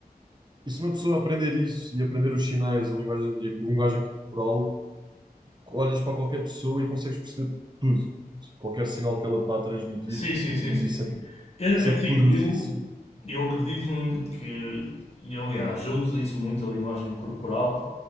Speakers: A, on the right; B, on the left.
A: e se uma pessoa aprender isso e aprender os sinais, a linguagem, e a linguagem corporal, olhas para qualquer pessoa e consegues perceber tudo, qualquer sinal que ela está a transmitir,
B: Sim, sim, sim,
A: e
B: sim,
A: isso
B: sim.
A: é,
B: Eu,
A: isso
B: assim,
A: é poderosíssimo.
B: eu, eu acredito num- que, e aliás, eu utilizo muito a linguagem corporal